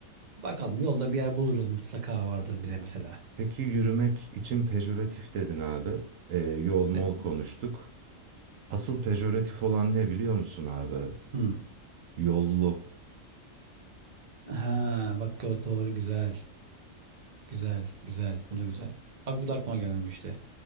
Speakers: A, on the right; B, on the right.
A: bakalım yolda bir yer buluruz mutlaka vardır bir de mesela.
B: Peki yürümek için pejoratif dedin abi. Ee, yol mol
A: De-
B: konuştuk. Asıl pejoratif olan ne biliyor musun abi?
A: Hmm.
B: Yollu.
A: Ha bak o doğru güzel. Güzel güzel. Bu da güzel. Bak bu da aklıma gelmemişti.